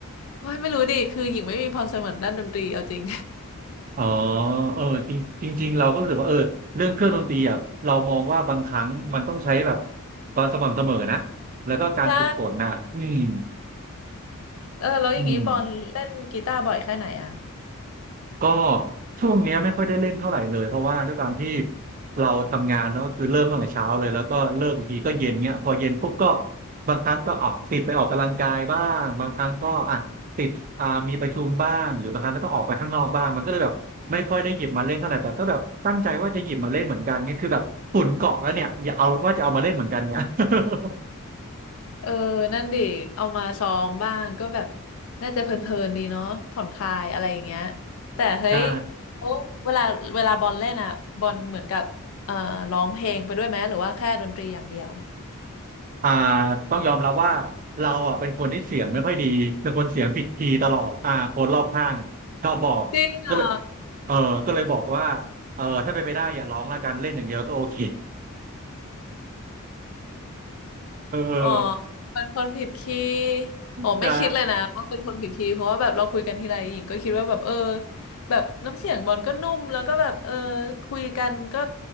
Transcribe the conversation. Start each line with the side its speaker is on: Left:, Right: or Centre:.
Left: โอ้ยไม่รู้ดิคือหญิงไม่มีพรสวรรค์ด้านดนตรีเอาจริง
Right: อ๋อเออจริงจริงๆเราก็รู้สึกว่าเออเรื่องเครื่องดนตรีอ่ะเรามองว่าบางครั้งมันต้องใช้แบบความสม่ำเสมอนะแล้วก็การฝึกฝนนะอืม
Left: <laughs> ใช่เออแล้วอย่างนี้บอลเล่นกีตาร์บ่อยแค่ไหนอ่ะ
Right: อืม ก็ช่วงเนี้ยไม่ค่อยได้เล่นเท่าไหร่เลยเพราะว่าด้วยการที่เราทำงานเนาะก็คือเริ่มตั้งแต่เช้าเลยแล้วก็เลิกอีกทีก็เย็นเงี้ยพอเย็นปุ๊บก็บางครั้งก็ออกติดไปออกกำลังกายบ้างบางครั้งก็อ่ะติดอ่ามีประชุมบ้างหรือบางครั้งก็ต้องออกไปข้างนอกบ้างมันก็เลยแบบไม่ค่อยได้หยิบมาเล่นเท่าไหร่แต่ก็แบบตั้งใจว่าจะหยิบมาเล่นเหมือนกันเนี่ยคือแบบฝุ่นเกาะแล้วเนี่ยอย่าเอาว่าจะเอามาเล่นเหมือนกันเนี่ย <laughs>
Left: เออนั่นดิเอามาซ้อมบ้างก็แบบน่าจะเพลินๆดีเนาะผ่อนคลายอะไรอย่างเงี้ยแต่เฮ้ย
Right: ใช่
Left: โอ้เวลาเวลาบอลเล่นอ่ะบอลเหมือนกับเอ่อร้องเพลงไปด้วยไหมหรือว่าแค่ดนตรีอย่างเดียว
Right: อ่าต้องยอมรับว่าเราอ่ะเป็นคนที่เสียงไม่ค่อยดี เป็นคนเสียงผิดคีย์ตลอดอ่าคนรอบข้างชอบบอกก็เลย
Left: จริงเหรอ
Right: เออก็เลยบอกว่าเออถ้าเป็นไม่ได้อย่าร้องละกันเล่นอย่างเดียวก็โอเค <laughs> เออ
Left: อ๋อเป็นคนผิดคีย์อ๋อไม่คิดเลยนะว่าเป็นคนผิดคีย์เพราะว่าแบบเราคุยกันทีไรหญิงก็คิดว่าแบบเออ
Right: ใช่
Left: แบบน้ำเสียงบอลก็นุ่มแล้วก็แบบเออคุยกันก็